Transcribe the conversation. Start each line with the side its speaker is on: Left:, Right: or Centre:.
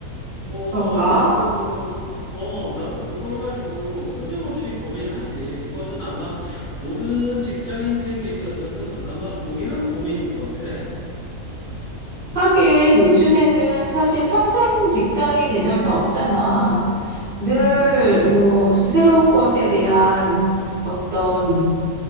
Left: 뭐,
Right: 그런가?
Left: 나도, 어, 나도 그걸 가지고 끊임없이 고민하지. 이거는 아마 모든 직장인들에게 있어서는 아마 동일한 고민일 것 같아.
Right: 하긴 요즘에는 사실 평생 직장의 개념이 없잖아. 늘
Left: 음,
Right: 뭐 새로운 곳에 대한 어떤